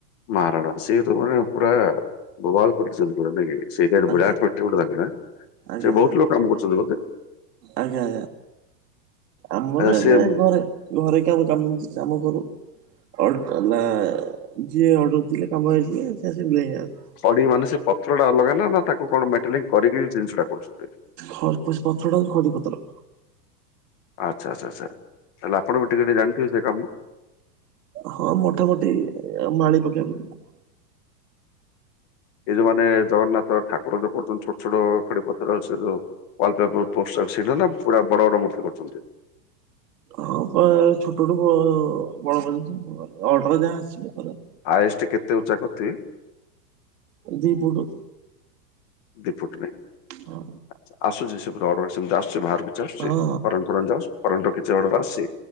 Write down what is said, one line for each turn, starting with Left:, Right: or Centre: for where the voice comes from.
Left: ମହାରଣା ସେ ତ ମାନେ ପୁରା ବୋବାଲ କରିଛନ୍ତି ପୁରା ନାଇକି। ସେଇଟା ବିରାଟ
Right: ଆଜ୍ଞା
Left: ଗୋଟେ ବିରାଟ ଫାକ୍ଟ୍ରି ଗୋଟେ ଅଛି
Right: ଆଜ୍ଞା।
Left: ସେ ବହୁତ ଲୋକ କାମ କରୁଛନ୍ତି ବୋଧେ?
Right: ଆଜ୍ଞା ଆମର
Left: ଆଚ୍ଛା
Right: ଏବେ
Left: ସେ
Right: ଏ ଘରେ ଘରେ କେବଳ କାମହଉଚି କାମ କରୁ। <unintelligible>
Left: ଖଡି ମାନେ ସେ ପତ୍ର ଟା ଅଲଗା ନା ନା ତାକୁ କଣ ମାଟେଲିଂ କରିକି ସେ ଜିନିଷଟା କରୁଛନ୍ତି?
Right: ହରପସ ପଥର ଆଉ ଖଡି ପଥର।
Left: ଆଚ୍ଛା ଆଚ୍ଛା ଆଚ୍ଛା ତାହାଲେ ଆପଣ ବିି ଟିକେ ଟିକେ ଜାଣିଥିବେ ସେ କାମ?
Right: ହଁ ମୋଟାମୋଟି ମାଳି ପକେଇବାକୁ
Left: ଏଇ ଯୋଉ ମାନ ଜଗନ୍ନାଥ ଠାକୁର ଯୋଉ କରୁଛନ୍ତି ଛୋଟ ଛୋଟ ଖଡି ପତର ସେ ଯୋଉ ୱାଲପେପର ପୋଷ୍ଟ ସେଇଟା ନା ପୁରା ବଡ ବଡ ମୂର୍ତ୍ତି କରୁଛନ୍ତି?
Right: ହଁ ବା ଛୋଟ ଠୁ ବ ବଡ ପର୍ଯ୍ୟନ୍ତ ଅଡର ଯାହା ଆସିବ କରିବା।
Left: ହାଏଷ୍ଟ କେତେ ଉଁଚା କରିଥିବେ?
Right: ଦି ଫୁଠୁ।
Left: ଦି ଫୁଟୁ ନାଇଁ
Right: ହଁ
Left: ଆଛା। ଆସୁଛି ସେପଟୁ ଅର୍ଡର ସେମିତି ଆସୁଛି ବାହାରକୁ ଚସଚି
Right: ହଁ
Left: ଫରେନ୍ ଫରେନ୍ ଯ ଫରେନ୍ ର କିଛି ଅର୍ଡର ଆସିଚି?